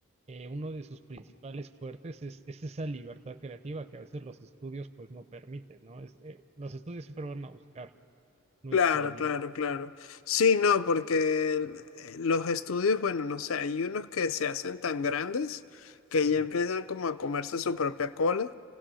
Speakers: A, on the right; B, on the left.
A: eh, uno de sus principales fuertes es, es esa libertad creativa que a veces los estudios pues no permiten, ¿no? Es, eh, los estudios siempre van a buscar nuestro
B: Claro,
A: dinero.
B: claro, claro. Sí, no, porque el- eh, los estudios, bueno, no sé, hay unos que se hacen tan grandes que
A: Ujú.
B: ya empiezan como a comerse su propia cola,